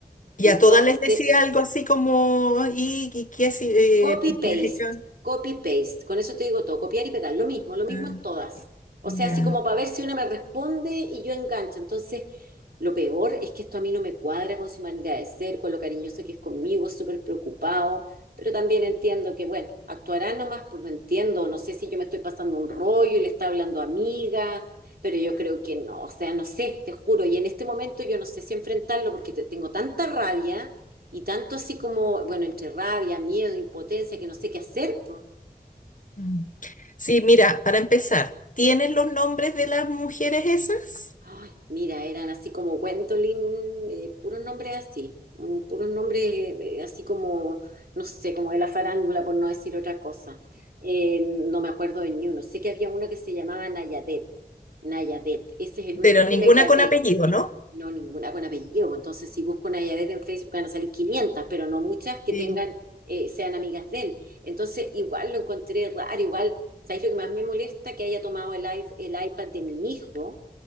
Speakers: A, on the left; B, on the right.
A: Y
B: Entonces,
A: a todas les decía algo así como, ¿y, y qué si- eh,
B: Copy paste,
A: me has hecho?
B: copy paste. Con eso te digo todo, copiar y pegar, lo mismo, lo mismo
A: Ah,
B: en todas. O
A: ya.
B: sea, así como para ver si una me responde y yo engancho. Entonces, lo peor es que esto a mí no me cuadra con su manera de ser, con lo cariñoso que es conmigo, súper preocupado, pero también entiendo que, bueno, actuará nomás, pues no entiendo, no sé si yo me estoy pasando un rollo y le está hablando amiga, pero yo creo que no, o sea, no sé, te juro, y en este momento yo no sé si enfrentarlo porque te- tengo tanta rabia y tanto así como, bueno, entre rabia, miedo, impotencia, que no sé qué hacer, pues.
A: Mm. Sí, mira, para empezar, ¿tienes los nombres de las mujeres esas?
B: Ay, mira, eran así como Gwendolyn, eh, puros nombres así, mm, puros nombres eh, así como, no sé, como de la farándula, por no decir otra cosa. Eh, no me acuerdo de ni uno. Sé que había uno que se llamaba Nayadet. Nayadet. Ese es el único
A: Pero ninguna
B: que me grabé.
A: con apellido, ¿no?
B: No, ninguna con apellido. pues, Entonces, si busco una Yadet en Facebook, van a salir 500, pero no muchas que
A: Sí.
B: tengan, eh, sean amigas de él. Entonces, igual lo encontré raro, igual, ¿sabéis lo que más me molesta? Que haya tomado el, i- el iPad de mi hijo